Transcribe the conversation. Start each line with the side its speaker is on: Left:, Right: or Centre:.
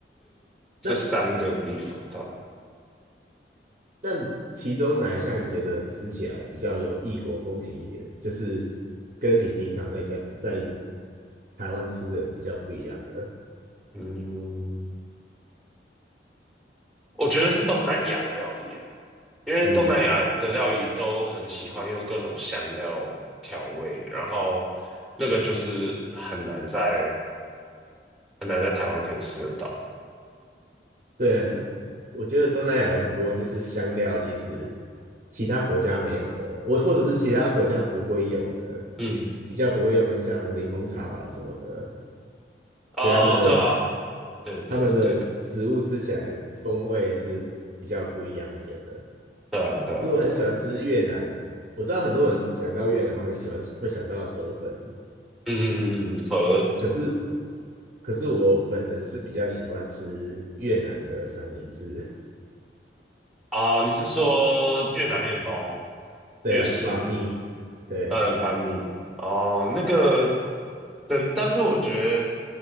Centre: 这三个地方到，
Right: 那那其中哪一项你觉得吃起来比较有异国风情一点，就是跟你平常在家在台湾吃的比较不一样的？
Centre: 嗯，我觉得是东南亚的料理耶，因为东南亚的料理都很喜欢用各种香料调味，
Right: 嗯
Centre: 然后那个就是很难在很难在台湾可以吃得到，
Right: 对，啊，它，我觉得东南亚有很多就是香料，其实其他国家没有的，我或者是其他国家不会用的，
Centre: 嗯，
Right: 比较不会用的，像柠檬草啊什么的，
Centre: 哦，
Right: 所以他们的
Centre: 对啊，对对对。
Right: 他们的食物吃起来风味是比较不一样一点的。
Centre: 对啊，对啊，
Right: 可是我很喜欢吃越南，
Centre: 对啊，
Right: 我知道很多人想到越南会喜欢会想到河粉，
Centre: 嗯嗯嗯，嗯，佛
Right: 可是可是我本人是比较喜欢吃越南的三明治，
Centre: 啊，你是说越南面包、
Right: <laughs> 对啊
Centre: 越式
Right: b u t m e 对。
Centre: 呃板米哦？那个，但但是我觉得